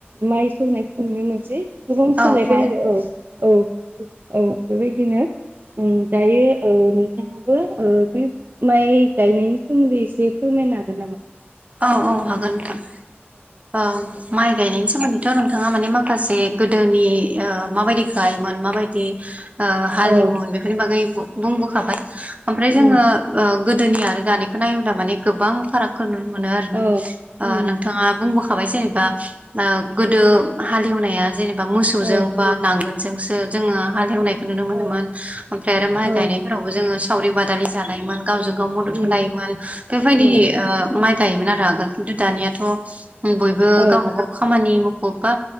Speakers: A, on the right; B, on the right.
A: माइ सौनायखौ नुनो मोनसै गोबां सोलायबाय
B: औ औ
A: आरो औ औ औ बेबायदिनो उम दायो ओ नोंथांआबो ओ बे माइ गायनायनि सोमोन्दै एसे फोरमायनो हागोन नामा?
B: औ औ हागोन नोंथां। औ माइ गायनायनि सोमोन्दैथ' नोंथाङा माने माखासे गोदोनि ओ माबायदि गायोमोन माबायदि ओ हालेवो
A: औ
B: बेफोरनि बागै बुंबोखाबाय। ओमफ्राय जोङो
A: उम
B: ओ गोदोनि आरो दानिखौ नायोब्ला माने गोबां फारागखौ नुनो मोनो आरो ना
A: औ
B: ओ
A: उम
B: नों थांङा बुंबोखाबाय जेनेबा ओ गोदो हालेवनाया जेनेबा मोसौजों
A: औ
B: बा नांगोल जोंसो जोंङो हालेवनायखौ नुनो मोनोमोन
A: औ
B: ओमफ्राय आरो माइ
A: औ
B: गायनाय फ्रावबो जोंङो सावरि बादालि जालायोमोन गावजों गाव मदद
A: उम
B: होलायोमोन बेफोरबायदि
A: उम
B: ओ माइ गायोमोन आरो आगोल खिन्थु दानियाथ' बयबो
A: औ
B: गावबा गाव खामानि मुखुब बा